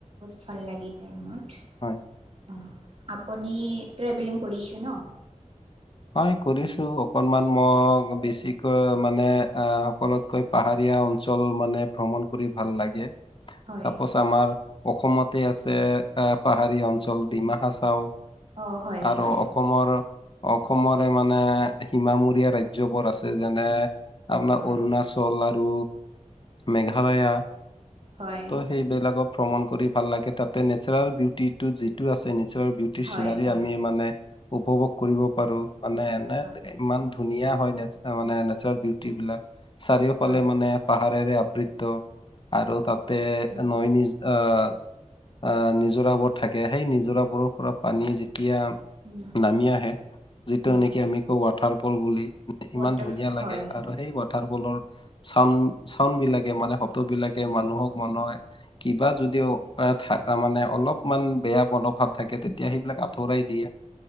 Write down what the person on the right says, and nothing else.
ফাল লাগি টাইমত।
অ আপুনি ট্ৰেভেলিং কৰিছে ন?
অ',
হয়
অ', হয়,
হয়,
হয়,
হয়,
হয়,
হয়,
হয়,
হয়,
হয়,
উম,
উম,
উম।
ৱাটাৰ
হয়
হয়